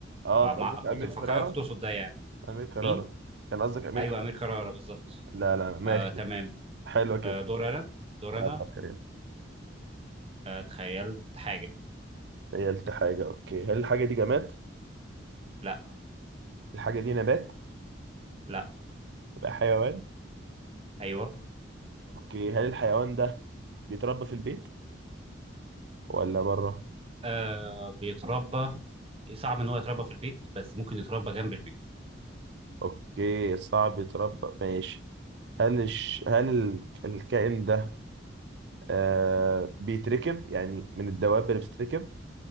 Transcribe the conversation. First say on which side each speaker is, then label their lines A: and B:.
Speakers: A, on the right; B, on the right.
A: أه
B: فمع...
A: أنت قصدك أمير
B: كنت مفكرك
A: كرارة
B: تقصد ده يعني
A: أمير كرارة
B: مين؟
A: كان قصدك أمير
B: أيوه أمير كرارة بالظبط
A: لا لا ماشي
B: آه تمام
A: حلوة كده
B: آه دور أنا دور
A: اه
B: أنا
A: فكر يلا
B: آه تخيلت حاجة
A: تخيلت حاجة اوكي هل الحاجة دي جماد؟
B: لا
A: الحاجة دي نبات؟
B: لا
A: يبقى حيوان؟
B: أيوه وصلت
A: اوكي هل الحيوان ده بيتربى في البيت ولا بره؟
B: آه بيتربى صعب إن هو يتربى في البيت بس ممكن يتربى جنب البيت
A: اوكي صعب يتربى ماشي هل الش... هل ال- الكائن ده آه بيتركب يعني من الدواب اللي بتتركب